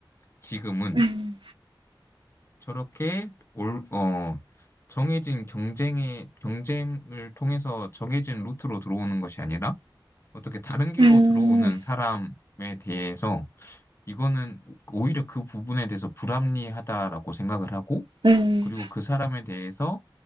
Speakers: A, on the left (about 30°); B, on the right (about 75°).
A: 지금은
B: 음.
A: 저렇게 올, 어, 정해진 경쟁의, 경쟁을 통해서 정해진 루트로 들어오는 것이 아니라 어떻게 다른 길로
B: 음.
A: 들어오는 사람에 대해서 이거는 오히려 그 부분에 대해서 불합리하다라고 생각을 하고
B: 음.
A: 그리고 그 사람에 대해서